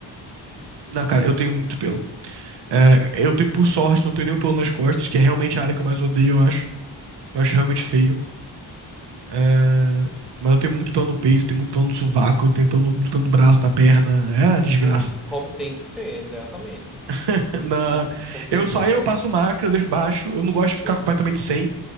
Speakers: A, on the right (about 60°); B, in the centre.
A: Na cara, eu tenho muito pelo. É, eu tenho, por sorte, não tenho nenhum pelo nas costas, que é realmente a área que eu mais odeio, eu acho. Eu acho realmente feio. É, mas eu tenho muito pelo no peito, tenho muito pelo no sovaco, eu tenho pelo, muito pelo no braço, na perna. É uma desgraça.
B: Ah, Como tem que ser, exatamente.
A: <laughs> Na,
B: As- como Deus
A: eu
B: manda.
A: só eu passo máquina, eu deixo baixo. Eu não gosto de ficar
B: <laughs>
A: completamente sem,